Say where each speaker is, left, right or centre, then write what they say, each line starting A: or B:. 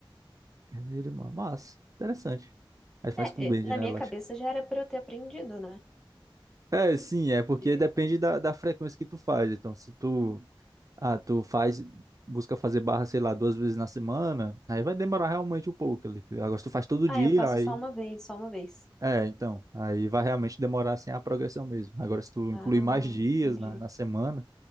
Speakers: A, on the right; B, in the centre.
A: Carneiro, mano. Massa. Interessante. Aí faz
B: É,
A: com blend,
B: é, na
A: né,
B: minha
A: lógico.
B: cabeça já era pra eu ter aprendido, né?
A: É, sim, é porque
B: É.
A: depende da, da frequência que tu faz. Então, se tu. Ah, tu faz. Busca fazer barra, sei lá, duas vezes na semana, aí vai demorar realmente um pouco ali. entendeu? Agora, se tu faz todo
B: Ah,
A: dia,
B: eu faço
A: aí.
B: só uma vez, só uma vez.
A: É, então. Aí vai realmente demorar, assim, a progressão mesmo. Agora, se tu
B: Ah,
A: incluir mais dias
B: entendi.
A: na, na semana.